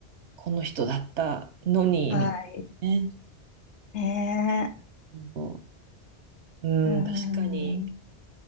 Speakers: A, on the right; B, on the left.
A: この人だったのに、
B: はい。
A: みたいなね。
B: ね
A: そううん、
B: え、うん、
A: 確かに。